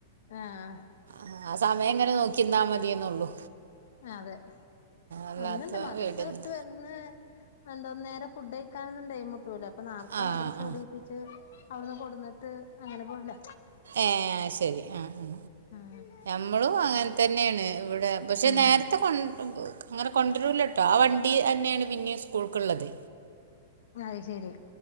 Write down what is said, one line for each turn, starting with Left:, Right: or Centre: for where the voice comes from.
Left: ആഹ്
Right: ആഹ് ആഹ് സമയം എങ്ങനെ നോക്കിന്നാൽ മതി എന്നുള്ളൂ
Left: അതെ
Right: അല്ലാത്ത
Left: ഒന്നുണ്ട് മദ്രസ
Right: വീടൊന്നും
Left: വിട്ടു വന്ന് എന്താ നേരെ ഫുഡ് കഴിക്കാനൊന്നും ടൈമുട്ടൂലോ അപ്പൊ നാർത്ത
Right: ആ
Left: മദ്രസ
Right: ആ
Left: വിടിയിപ്പിച്ച് അവിടുന്ന് കൊടുന്നിട്ട് അങ്ങനെ പോവല
Right: ഏഹ് അ ശരി ആഹ്
Left: ഉം
Right: മ്മളും അങ്ങനെ തന്നെയാണ് ഇവിടെ പക്ഷെ
Left: ഉം
Right: നേരത്തെ കൊ അങ്ങനെ കൊണ്ടരൂലട്ടോ ആ വണ്ടി തന്നെയാണ് പിന്നെ സ്കൂൾക്കുള്ളത്
Left: അയ് ശരി